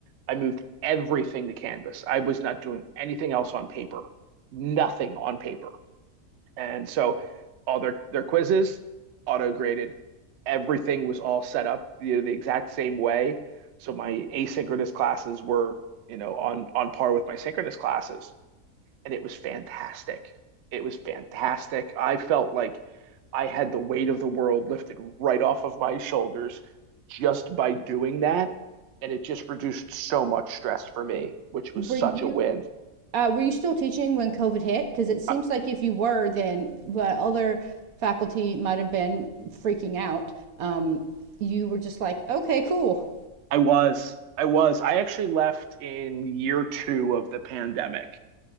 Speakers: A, on the right; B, on the right.
A: I moved everything to Canvas. I was not doing anything else on paper, nothing on paper. And so all their their quizzes auto graded. Everything was all set up, you know, the exact same way. So my asynchronous classes were, you know, on on par with my synchronous classes and it was fantastic. It was fantastic. I felt like I had the weight of the world lifted right off of my shoulders just by doing that. And it just reduced so much stress for me, which was such
B: Were you
A: a win.
B: uh, were you still teaching when COVID hit? Because it seems
A: I,
B: like if you were, then but other faculty might have been freaking out. Um, you were just like, okay, cool.
A: I was, I was, I actually left in year two of the pandemic.